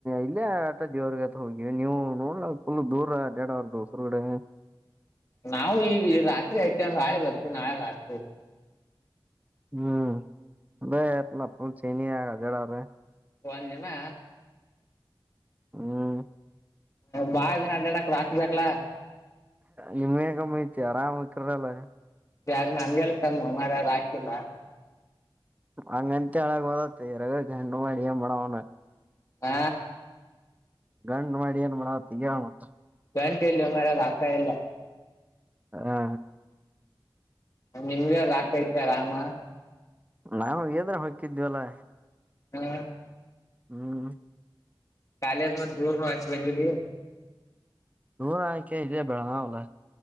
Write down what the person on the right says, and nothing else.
ಇಲ್ಲೇ ಆಟ ದವ್ರಗತ್ತ ಹೋಗಿ ನೀವು ನೋಡ್ಲ ಕುುಲ್ ದೂರ ಡೇಡ ಅವ್ರ ದೂ ಸಗಡೆ
ಹ್ಮ್ ಅೇ ಎತ್ನಫು ಚೆನ ಆಡ ಅವೆ
ಹ್ಮ್
ನಿಮ್ಮೇ ಕಮ್ಮ ಐತಿ ಆರಾಮ್ ಹಕ್ಕ್ರಲ್ಲ
ಅಂಗಿತ ಅಳಾಗೋದಾ ತರಗ ಗಂಡು ಮಾಡ ಅಡಿಯ ಮಾಡಡಣ
ಗಂಡ ಮಾಡಡಿಯ ಮಾವತ ಯ ಮತ
ಹ ಹಾ
ನಾವು ದ್ರ ಹಾಕಿದ್ವಲ್ಲ
ಹ್ಮ್
ನೂರ ಆಯ್ಕೆ ಇದೆ ಬೇಡ ಹಲ್ಲ